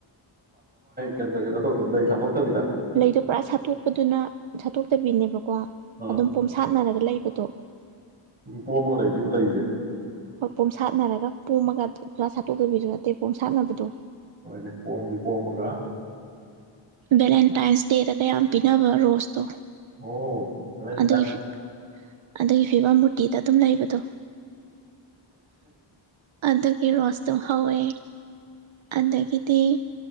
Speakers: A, on the right; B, on the right.
A: ꯀꯩꯅ ꯀꯩꯅꯣ ꯇꯧꯗꯕ ꯂꯩ ꯁꯥꯠꯇꯣꯛꯇꯕꯤꯗ
B: ꯂꯩꯗꯣ ꯄꯨꯔꯥ ꯁꯥꯠꯇꯣꯛꯄꯗꯨꯅ ꯁꯥꯠꯇꯣꯛꯇꯕꯤꯅꯦ ꯀꯣ
A: ꯑ
B: ꯑꯗꯨꯝ ꯄꯣꯝꯁꯥꯠꯅꯔꯒ ꯂꯩꯕꯗꯣ
A: ꯎꯝ ꯄꯣꯝꯃꯒ ꯂꯩꯗꯣꯏꯕ ꯂꯩꯁꯦ
B: ꯍꯣꯏ ꯄꯣꯝꯁꯥꯠꯅꯔꯒ ꯄꯣꯝꯃꯒ ꯇꯗꯕꯤꯗꯨ ꯅꯠꯇꯦ ꯄꯣꯝꯁꯥꯠꯅꯕꯤꯗꯣ
A: ꯍꯣꯏꯅꯦ ꯄꯣꯝꯗꯤ ꯄꯣꯝꯃꯒ
B: ꯚꯦꯂꯦꯟꯇꯥꯏꯟꯁ ꯗꯦꯗꯒ ꯌꯥꯝ ꯄꯤꯅꯕ ꯔꯣꯁ ꯇꯣ
A: ꯑꯣ ꯚꯦꯂꯦꯟꯇꯥꯏꯟ
B: ꯑꯗꯨꯒꯤ ꯑꯗꯒꯤ ꯐꯤꯚꯝ ꯃꯨꯔꯇꯤꯗ ꯑꯗꯨꯝ ꯂꯩꯕꯗꯣ ꯑꯗꯨꯒꯤ ꯔꯣꯁꯇꯣ ꯍꯧꯋꯦ ꯑꯗꯒꯤꯗꯤ